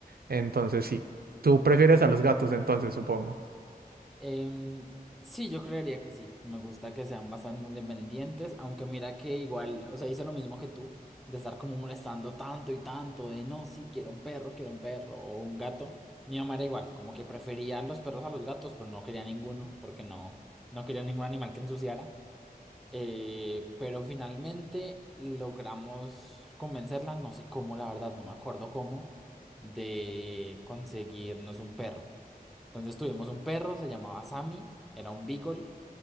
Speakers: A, on the right; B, in the centre.
A: Entonces sí, tú prefieres a los gatos entonces, supongo.
B: Em, sí, yo creería que sí. Me gusta que sean bastante independientes, aunque mira que igual, o sea, hice lo mismo que tú, de estar como molestando tanto y tanto, de no, sí, quiero un perro, quiero un perro o un gato. Mi mamá era igual, como que prefería los perros a los gatos, pero no quería ninguno, porque no, no quería ningún animal que ensuciara. Eh, pero finalmente logramos convencerla, no sé cómo, la verdad, no me acuerdo cómo, de conseguirnos un perro. Entonces tuvimos un perro, se llamaba Sammy, era un beagle,